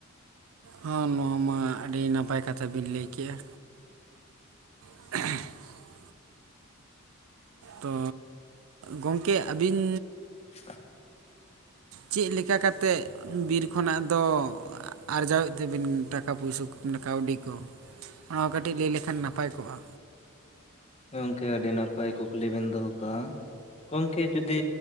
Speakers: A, on the right; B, on the left.
A: ᱦᱚ ᱱᱚᱣᱟ ᱢᱟ ᱟᱹᱰᱤ ᱱᱟᱯᱟᱭ ᱠᱟᱛᱷᱟ ᱵᱤᱱ ᱞᱟᱹᱭ ᱠᱮᱜᱼᱟ <inaudible> ᱛᱚ ᱜᱚᱢᱠᱮ ᱟᱹᱵᱤᱱ
B: <inaudible>
A: ᱪᱤᱜ ᱞᱮᱠᱟ ᱠᱟᱛᱮᱜ ᱵᱤᱨ ᱠᱷᱚᱱᱟᱜ ᱫᱚ ᱟᱨᱡᱟᱣᱮᱫ ᱛᱮᱟᱹᱵᱤᱱ ᱴᱟᱠᱟ ᱯᱩᱭᱥᱟᱹ ᱢᱟᱱ ᱠᱟᱹᱣᱰᱤ ᱠᱚ ᱚᱱᱟ ᱠᱟᱹᱴᱤᱡ ᱞᱟᱹᱭ ᱞᱮᱠᱷᱟᱱ ᱱᱟᱯᱟᱭ ᱠᱚᱜᱼᱟ
B: ᱜᱚᱝᱠᱮ ᱟᱹᱰᱤ ᱱᱟᱯᱟᱭ ᱠᱩᱠᱞᱤ ᱵᱤᱱ ᱫᱚᱦᱚ ᱠᱟᱜᱼᱟ ᱜᱚᱝᱠᱮ ᱡᱩᱫᱤ